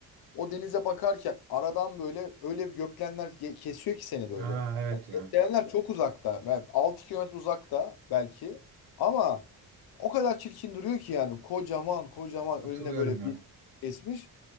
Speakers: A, on the left; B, on the right.
A: o denize bakarken aradan böyle öyle bir gökdelenler ge- kesiyor ki seni böyle.
B: Ha evet
A: Yani
B: ya.
A: gökdelenler çok uzakta. Yani 6 kilometre uzakta belki. Ama o kadar çirkin duruyor ki yani kocaman kocaman
B: Hatırlıyorum
A: önüne böyle
B: ya.
A: bir kesmiş.